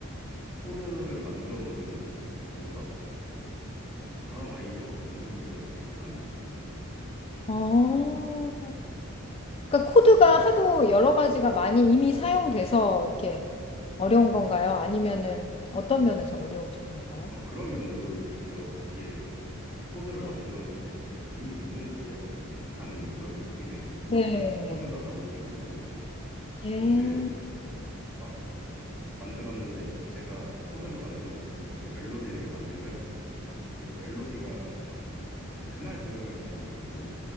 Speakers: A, in the centre; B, on the left.
A: 코드를 만들어 놓으면은 뭔가 다음 아이디어가 없는 경우들이 많이 있거든요.
B: 어.
A: 네.
B: 그러니까 코드가 하도 여러 가지가 많이 이미 사용돼서 이렇게 어려운 건가요? 아니면은 어떤 면에서 어려우신 건가요?
A: 어, 그런 면도 있죠. 이게 코드를
B: 네.
A: 만들었는데 이미 있는 노래랑 비슷한 그런 느낌의
B: 네.
A: 코드가 나올 때도 있고
B: 예.
A: 이제 막 만들었는데 제가 코드를 만들어 놓고 이제 멜로디를 만들면 이제 그 멜로디가 그날 들으면 괜찮거든요.